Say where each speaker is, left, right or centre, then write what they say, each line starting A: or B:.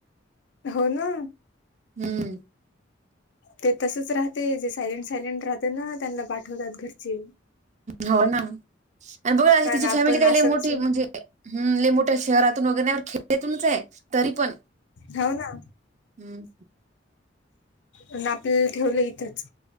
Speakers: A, on the left; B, on the right.
A: हो ना
B: हम्म
A: ते तसच राहते जे सायलेंट सायलेंट राहते ना त्यांना पाठवतात घरची
B: हो ना आणि बघा
A: पण
B: तिची
A: आपण
B: फॅमिली काही
A: असं
B: मोठी
A: असून
B: म्हणजे हम् ल मोठ्या शहरातून वगैरे नाही खेड्यातूनच आहे तरी पण
A: हाय ना
B: हम्म
A: अनं आपल्याला ठेवलं इथंच